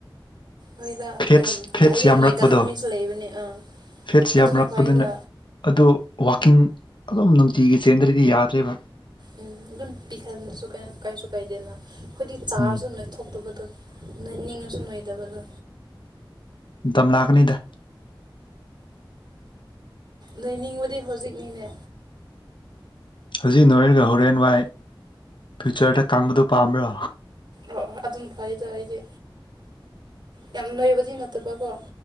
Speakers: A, on the right; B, on the left.
A: ꯍꯣꯏꯗ
B: ꯐꯦꯠꯁ
A: ꯌꯥꯝ
B: ꯐꯦꯠꯁ
A: ꯍꯥꯏꯗꯤ
B: ꯌꯥꯝꯔꯛꯄꯗꯣ
A: ꯅꯣꯏꯒꯟ ꯅꯨ ꯃꯤꯁꯨ ꯂꯩꯕꯅꯦ ꯑꯥ
B: ꯐꯦꯠꯁ
A: ꯑꯗꯨꯅ
B: ꯌꯥꯝꯅꯔꯛꯄꯗꯅ
A: ꯐꯩꯗ
B: ꯑꯣ ꯋꯥꯋꯥꯛꯀꯤꯡ ꯑꯗꯨꯝ ꯅꯨꯡꯇꯤꯒꯤ ꯆꯦꯟꯗ꯭ꯔꯗꯤ ꯌꯥꯗ꯭ꯔꯦꯕ
A: ꯎ ꯑꯗꯨꯝ ꯄꯤꯊꯟꯕꯁꯨ ꯀ ꯀꯩꯁꯨ ꯀꯥꯏꯗꯦꯅ ꯑꯩꯈꯣꯏꯗꯤ ꯆꯥꯔꯁꯨ
B: ꯎꯝ
A: ꯅꯣꯏ ꯊꯣꯛꯇꯕꯗꯣ ꯏꯅꯤ ꯉꯁꯟꯣꯏꯗꯕꯗ
B: ꯂꯝꯝꯂꯥꯛꯅꯤꯗ
A: ꯂꯩꯅꯤꯡꯕꯗꯤ ꯍꯧꯖꯤꯛꯅꯤꯅꯦ
B: ꯍꯧꯖꯤꯛ ꯅꯣꯏꯔꯒ ꯍꯣꯔꯦꯟ ꯋꯥꯏ ꯐ꯭ꯌꯨꯆꯔꯗ ꯀꯪꯕꯗꯨꯣ ꯄꯥꯝꯕ꯭ꯔꯣ
A: ꯑꯣ ꯑꯗꯨꯅ ꯐꯩꯗꯣ ꯑꯩꯗꯤ ꯌꯥꯝ ꯅꯣꯏꯕꯗꯤ ꯅꯠꯇꯕꯀꯣ